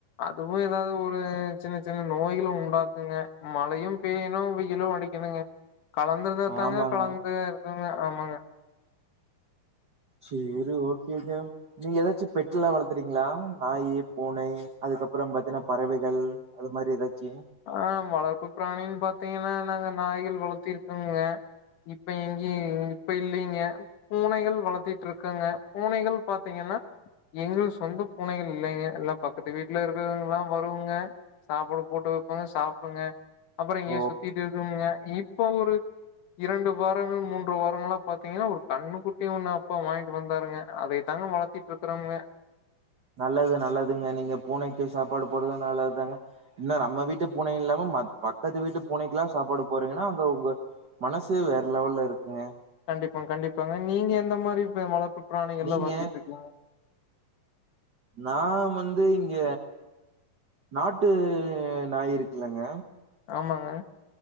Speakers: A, on the left (about 70°); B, on the right (about 90°).
A: அதுவு ஏதாவது ஒரு சின்ன சின்ன நோய்கள உண்டாக்குங்க மழையு பேயனு வெயிலு அடிக்கணுங்க கலந்துருந்தாத்தாங்க
B: ஆமாங்க
A: கலந்து இருக்குங்க ஆமாங்க
B: சேரி ஓகேங்க நீங்க எதாச்சு பெட்டுலா வளத்துருக்கிறீங்களா நாயி பூனை அதுக்கப்பறோ பாத்தீன்னா பறவைகள் அது மாறி எதாச்சு
A: ஆ வளர்ப்பு பிராணின்னு பாத்தீங்கன்னா நாங்க நாய்கள் வளத்திருக்கோங்க இப்ப எங்க இப்ப இல்லைங்க பூனைகள் வளர்த்துட்டுருக்கேங்க பூனைகள் பாத்தீங்கன்னா எங்களுக்கு சொந்த பூனைகள் இல்லைங்க எல்லா பக்கத்து வீட்டுல இருக்குறவங்கல்லா வருங்க சாப்பாடு போட்டு வைப்போ சாப்புடுங்க அப்பறோ இங்கயே
B: ஓ
A: சுத்திட்டு இருக்குமுங்க இப்ப ஒரு இரண்டு வாரங்கள் மூன்று வாரங்களா பாத்தீங்கன்னா ஒரு கண்ணுக் குட்டி ஒன்னு அப்பா வாங்கிட்டு வந்தாருங்க அதை தாங்க வளத்திட்டு இருக்கறோம்ங்க
B: நல்லது நல்லதுங்க நீங்க பூனைக்கு சாப்பாடு போடுறது நல்லது தாங்க என்ன நம்ம வீட்டு பூனை இல்லாம ம பக்கத்து வீட்டு பூனைக்கெல்லா சாப்பாடு போடுறீங்கன்னா அங்க உங்க மனசு வேற லெவல்ல இருக்குங்க
A: கண்டிப்பா கண்டிப்பாங்க நீங்க எந்த மாறி இப்ப வளர்ப்பு பிராணிகள்லா
B: நீங்க
A: வளத்திட்டு இருக்கீங்க
B: நா வந்து இங்க நாட்டு நாய் இருக்குலங்க
A: ஆமாங்க